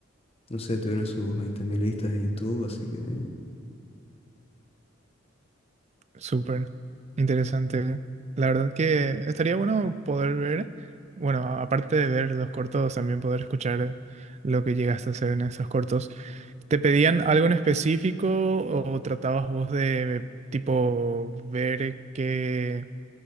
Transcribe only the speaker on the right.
Súper interesante. La verdad que estaría bueno poder ver, bueno, a- aparte de ver los cortos, también poder escuchar lo que llegaste a hacer en esos cortos. ¿Te pedían algo en específico o tratabas vos de tipo ver qué?